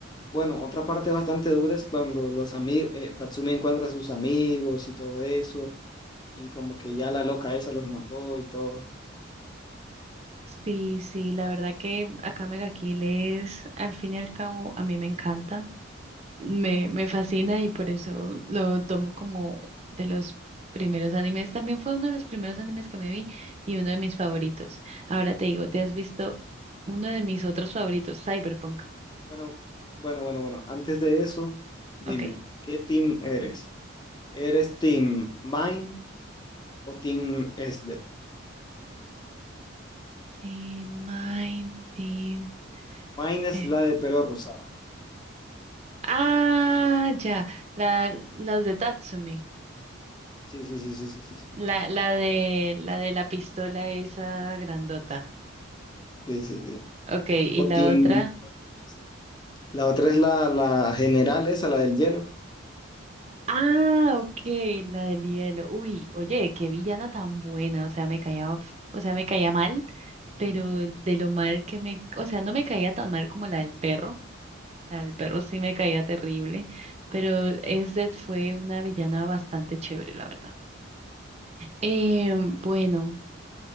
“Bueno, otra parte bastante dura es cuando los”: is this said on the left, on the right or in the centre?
Left